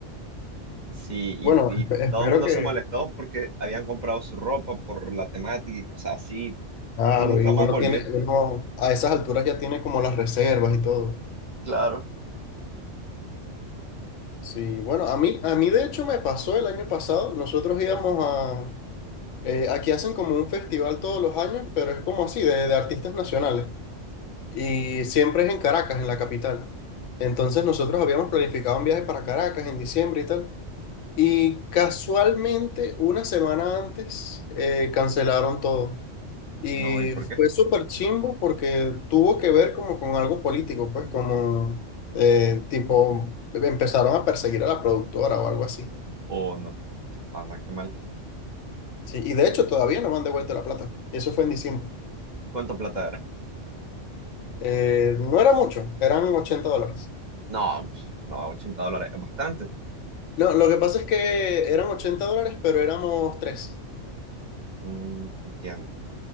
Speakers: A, on the right; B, on the left.
A: Sí,
B: Bueno,
A: y,
B: espe-
A: y
B: espero
A: todo el mundo
B: que,
A: se molestó porque habían comprado su ropa por la temática y cosas así,
B: claro,
A: y nunca
B: y
A: más
B: uno
A: volvió.
B: tiene, uno a esas alturas ya tiene como las reservas y todo.
A: Claro.
B: Sí, bueno, a mí, a mí de hecho me pasó el año pasado, nosotros íbamos Eh, aquí hacen como un festival todos los años, pero es como así, de, de artistas nacionales. Y siempre es en Caracas, en la capital. Entonces nosotros habíamos planificado un viaje para Caracas en diciembre y tal. Y casualmente, una semana antes, eh, cancelaron todo. Y
A: No, ¿y por qué?
B: fue súper chimbo porque tuvo que ver como con algo político, pues como eh, tipo, empezaron a perseguir a la productora o algo así.
A: O no, a la que mal.
B: Sí, y de hecho todavía no me han devuelto la plata. Eso fue en diciembre.
A: ¿Cuánta plata era?
B: Eh, no era mucho, eran 80 dólares.
A: No, pues, no, 80 dólares, es bastante.
B: No, lo que pasa es que eran 80 dólares, pero éramos tres.
A: Mm, entiendo.